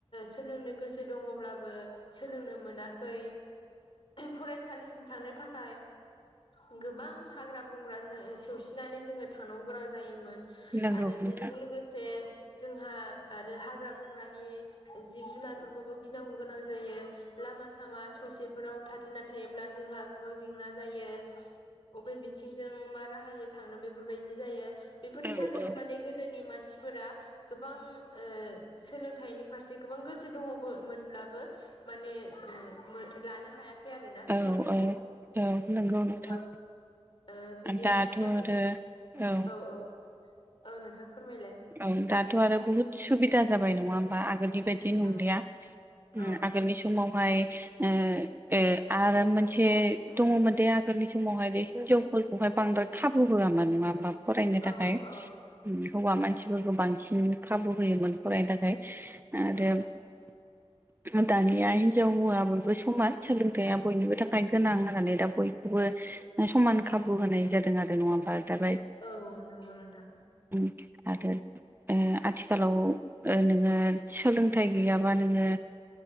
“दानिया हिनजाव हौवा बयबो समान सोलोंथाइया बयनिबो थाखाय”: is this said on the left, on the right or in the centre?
Right